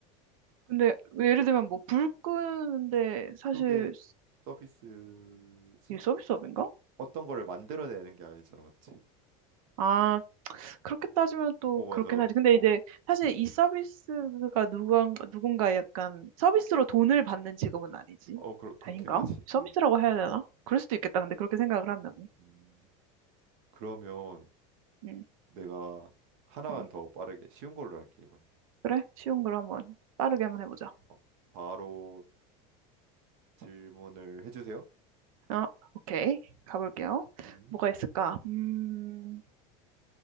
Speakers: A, on the right; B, on the right.
A: 근데 예를 들면 뭐 불 끄는데 사실
B: 그게 서비스지?
A: 이게 서비스업인가?
B: 어떤 거를 만들어내는 게 아니잖아, 맞지?
A: 아, 그렇게 따지면 또
B: 뭐 맞아.
A: 그렇긴 하지. 근데
B: 어,
A: 이제 사실 이 서비스가 누군, 누군가 약간 서비스로 돈을 받는 직업은 아니지.
B: 어, 그렇, 그렇긴
A: 아닌가?
B: 하지.
A: 서비스라고
B: 음.
A: 해야 되나? 그럴 수도 있겠다. 근데 그렇게 생각을 하면.
B: 음. 그러면
A: 음,
B: 내가 하나만
A: 음.
B: 더 빠르게 쉬운 걸로 할게 이번에.
A: 그래? 쉬운
B: 음.
A: 걸 한번 빠르게
B: 자,
A: 한번 해보자.
B: 어, 바로 질문을 해주세요.
A: 어, 오케이. 가볼게요.
B: 음.
A: 뭐가 있을까? 음,